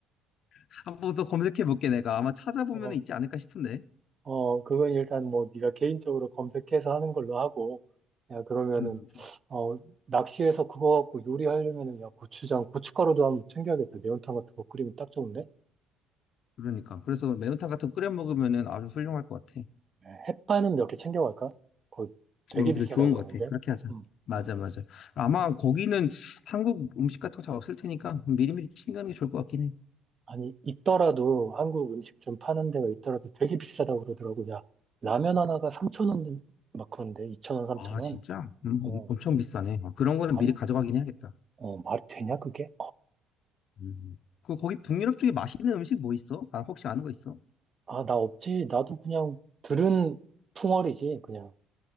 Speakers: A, on the left; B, on the right.
A: <laughs> 한번 더 검색해볼게, 내가. 아마 찾아보면
B: 어,
A: 있지 않을까 싶은데.
B: 어, 그건 일단 뭐 네가 개인적으로 검색해서 하는 걸로 하고, 야, 그러면은,
A: 음.
B: 어, 낚시해서 그거 갖고 요리하려면은, 야, 고추장, 고춧가루도 한번 챙겨야겠다. 매운탕 같은 거 끓이면 딱 좋은데?
A: 그러니까. 그래서 매운탕 같은 거 끓여 먹으면은 아주 훌륭할 것 같아.
B: 예, 햇반은 몇 개 챙겨갈까? 거의 되게
A: 어, 그래,
B: 비싸다
A: 좋은
B: 그러는데?
A: 것 같아. 그렇게 하자.
B: 음,
A: 맞아,
B: 음.
A: 맞아. 아마 거기는 한국 음식 같은 거 잘 없을 테니까 미리미리 챙겨가는 게 좋을 것 같긴 해.
B: 아니, 있더라도, 한국 음식 좀 파는 데가 있더라도 되게 비싸다 그러더라고. 야, 라면 하나가 3천원 막 그런데, 2천원3천원
A: 아, 진짜? 음,
B: 어,
A: 엄- 엄청 비싸네. 아, 그런 거는
B: 말이,
A: 미리 가져가긴 해야겠다.
B: 어, 말이 되냐, 그게?
A: 음. 그 거기 북유럽 쪽에 맛있는 음식 뭐 있어? 아, 혹시 아는 거 있어?
B: 아, 나 없지. 나도 그냥 들은 풍월이지, 그냥.